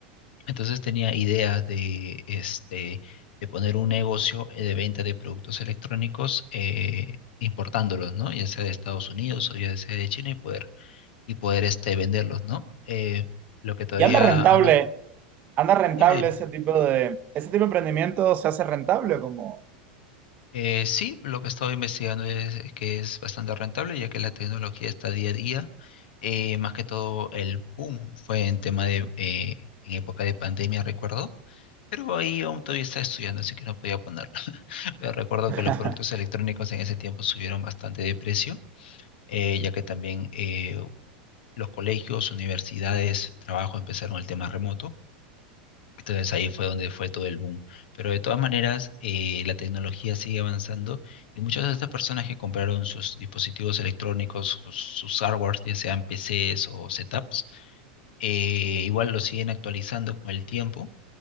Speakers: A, on the left; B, on the right.
A: Entonces tenía ideas de, este, de poner un negocio eh, de venta de productos electrónicos. eh, importándolos, ¿no? Ya sea de Estados Unidos o ya sea de China y poder y poder este, venderlos, ¿no? Eh, lo que todavía
B: ¿Y anda rentable,
A: ando...
B: anda rentable
A: Dime, dime.
B: ese tipo de, ese tipo de emprendimiento se hace rentable como...
A: Eh, sí, lo que he estado investigando es, es que es bastante rentable, ya que la tecnología está día a día. Eh, más que todo el boom fue en tema de, eh, en época de pandemia, recuerdo. Pero ahí aún todavía estaba estudiando, así que no podía ponerlo. <laughs> Pero recuerdo
B: <laughs>
A: que los productos electrónicos en ese tiempo subieron bastante de precio, eh, ya que también eh, los colegios, universidades, trabajo empezaron el tema remoto. Entonces ahí fue donde fue todo el boom. Pero de todas maneras, eh, la tecnología sigue avanzando y muchas de estas personas que compraron sus dispositivos electrónicos, sus, sus hardwares, ya sean PCs o setups, eh, igual lo siguen actualizando con el tiempo.